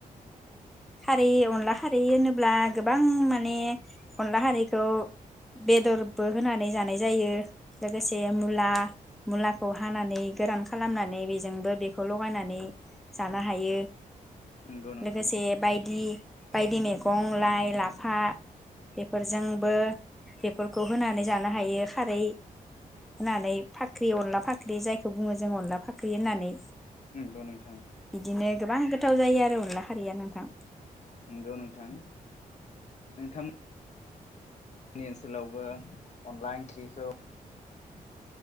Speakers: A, in the centre; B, on the left.
A: खारि अनला खारि होनोब ब्ला गोबां माने अनला हारैखौ बेदरबो होनानै जानाय जायो। लोगोसे मुला मुलाखौ हानानै गोरान खालामनानै बेजोंबो बेखौ लगायनानै जानो हायो।
B: नंगौ नोंथां
A: लोगोसे बायदि। बायदि मेग गं लाइ लाफा बेफोरजोंबो बेफोरखौ होनानै जानो हायो खारै होनानै फाख्रि अनला फाख्रि जायखौ बुंङो जों अनला फाख्रि होननानै।
B: नोंगौ नोंथां।
A: बिदिनो गोबां गोथाव जायो आरो अनला खारिया नोंथां।
B: नोंगौ नोंथां नोंथांम नि ओनसोलावबो अनला ओंख्रिखौ